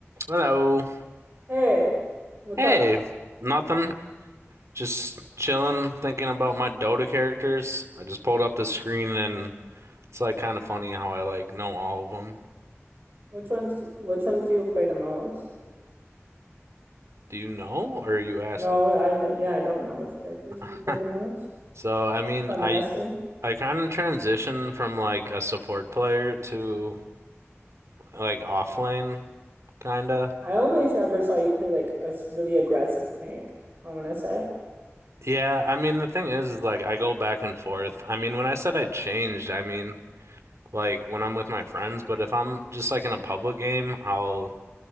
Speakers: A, on the right (about 75°); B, on the right (about 50°).
A: Hello.
B: Hey, what's
A: Hey,
B: up?
A: nothing. Just chilling, thinking about my Dota characters. I just pulled up the screen and it's like kind of funny how I like know all of them.
B: Which ones which ones do you play the most?
A: Do you know or are you asking?
B: No,
A: <laughs>
B: I've n yeah, I don't know which characters do
A: Huh.
B: you play the most.
A: So, I mean,
B: If I'm
A: I
B: asking.
A: I kind of transitioned from like a support player to like offlane kinda.
B: I only ever saw you play like a s- really aggressive tank, I want to say,
A: Yeah, I mean the thing is, is like I go back and forth. I mean, when I said I changed, I mean like when I'm with my friends, but if I'm just like in a public game, I'll